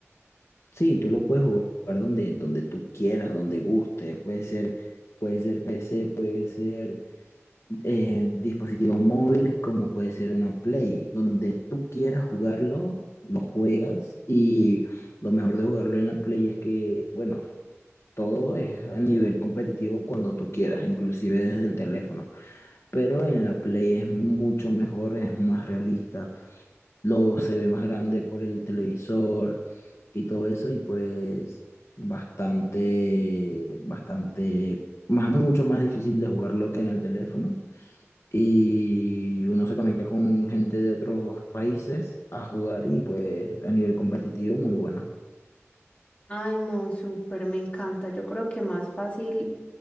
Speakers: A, on the left (about 65°); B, on the left (about 25°).
A: Sí, tú lo puedes jugar donde, donde tú quieras, donde guste. Puede ser, puede ser PC, puede ser eh, dispositivo móvil, como puede ser una Play. Donde tú quieras jugarlo, lo juegas. Y lo mejor de jugarlo en la Play es que, bueno, todo es a nivel competitivo cuando tú quieras, inclusive desde el teléfono. Pero en la Play es mucho mejor, es más realista lo se ve más grande por el televisor y todo eso, y pues bastante, bastante, más, mucho más difícil de jugarlo que en el teléfono. Y uno se conecta con gente de otros países a jugar y pues a nivel competitivo muy bueno.
B: Ay, no, súper, me encanta. Yo creo que más fácil